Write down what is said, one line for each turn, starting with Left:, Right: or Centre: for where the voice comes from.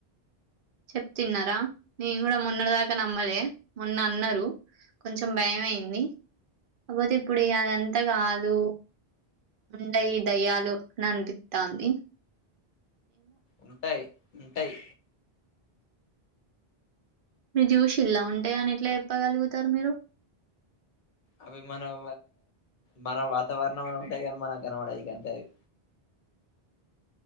Right: చెప్ తిన్నారా నేను కూడా మొన్నటి దాకా నమ్మలే మొన్న అన్నరు కొంచెం భయమయింది కాపోతే ఇప్పుడు ఇగ అదంతా కాదు ఉంటయి దయ్యాలు అని అనిపితాంది
Left: ఉంటాయి ఉంటయి
Right: మీరు చూసిల్ల ఉంటయి అని ఎట్ల చెప్పగలుగుతరు మీరు
Left: అవి మనం మన వాతావరణం ల ఉంటాయి గని మనకు కనవడయి గంతే అవి